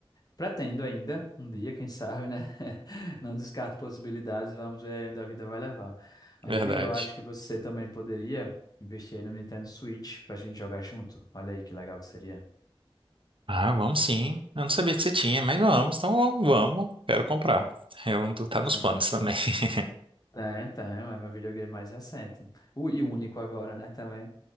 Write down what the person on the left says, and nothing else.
Pretendo ainda, um dia, quem sabe, né? <laughs> Não descarto possibilidades, vamos ver aí onde a vida vai levar. Mas,
amiga, eu acho que você também poderia investir aí no Nintendo Switch pra gente jogar junto. Olha aí que legal que seria.
Sim.
É, então, é meu videogame mais recente. O, e único agora, né, também.